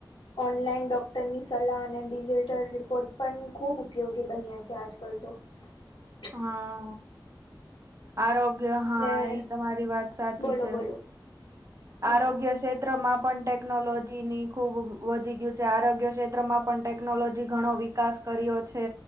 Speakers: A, on the left (about 75°); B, on the right (about 40°).
A: ઓનલાઈન ડૉક્ટરની સલાહ અને ડિજિટલ રિપોર્ટ પણ ખૂબ ઉપયોગી બન્યા છે, આજકાલ તો હ <inaudible>
B: હા, આરોગ્ય હા
A: ને
B: એ તમારી વાત સાચી
A: બોલો
B: છે,
A: બોલો હા
B: આરોગ્ય મુખ્યક્ષેત્રમાં પણ ટેકનોલોજી ની ખૂબ વધી ગયું છે, આરોગ્ય ક્ષેત્રમાં પણ ટેકનોલોજી ઘણો વિકાસ કર્યો છે.